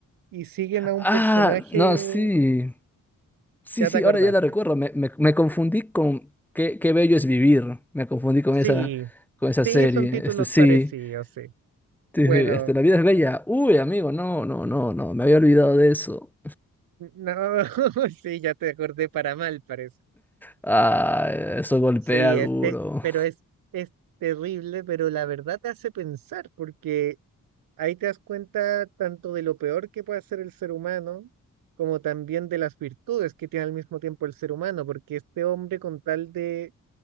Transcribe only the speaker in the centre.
Ah,
no, sí, sí,
sí,
ahora ya la recuerdo. Me, me, me confundí con qué, qué bello es vivir. Me confundí con
esa, con esa
serie.
Este, sí,
<laughs> sí,
sí, este, la vida es bella. Uy, amigo, no, no, no, no, me había olvidado de eso.
Ah, eso golpea
duro.